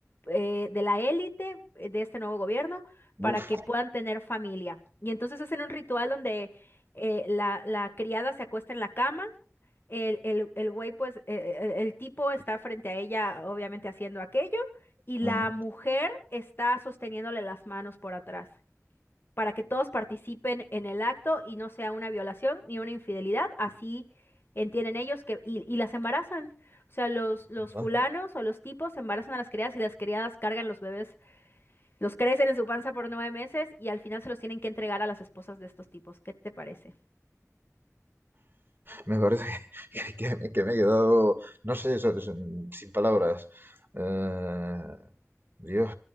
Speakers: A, on the left; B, on the right.
A: eh, de la élite eh, de este nuevo gobierno para
B: Uf.
A: que puedan tener familia. Y entonces hacen un ritual donde eh, la, la criada se acuesta en la cama. El, el, el güey, pues, eh, el el tipo está frente a ella, obviamente haciendo aquello y
B: ajá,
A: la mujer está sosteniéndole las manos por atrás, para que todos participen en el acto y no sea una violación ni una infidelidad, así entienden ellos que, y, y las embarazan. O sea, los, los
B: interesante.
A: fulanos o los tipos embarazan a las criadas y las criadas cargan los bebés, los crecen en su panza por nueve meses y al final se los tienen que entregar a las esposas de estos tipos. ¿Qué te parece?
B: Me parece <laughs> que, que me que me he quedado, no sé, so- so- sin palabras. Eh, Dios,